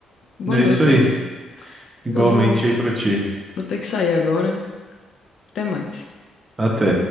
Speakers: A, on the left (about 65°); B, on the right (about 25°).
A: Boa
B: É
A: noite
B: isso aí.
A: aí.
B: Igualmente
A: Eu vou,
B: aí pra ti.
A: vou ter que sair agora. Até mais.
B: Até.